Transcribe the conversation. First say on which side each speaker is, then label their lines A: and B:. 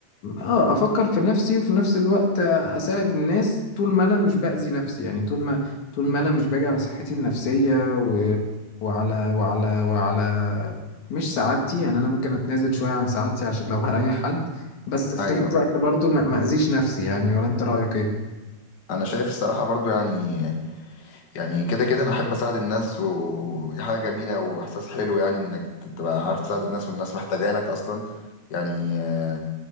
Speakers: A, on the left; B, on the left.
A: اه افكر في نفسي وفي نفس الوقت اساعد الناس طول ما انا مش باذي نفسي يعني طول ما طول ما انا مش باجي على صحتي النفسيه و... وعلى وعلى وعلى مش سعادتي يعني انا ممكن اتنازل شويه عن سعادتي عشان لو هريح حد بس في
B: ايوه
A: نفس الوقت برضو ما ما اذيش نفسي يعني ولا انت رايك ايه
B: انا شايف الصراحه برضو يعني يعني كده كده انا احب اساعد الناس ودي حاجه جميله واحساس حلو يعني انك تبقى عارف تساعد الناس والناس محتاجه لك اصلا يعني آه،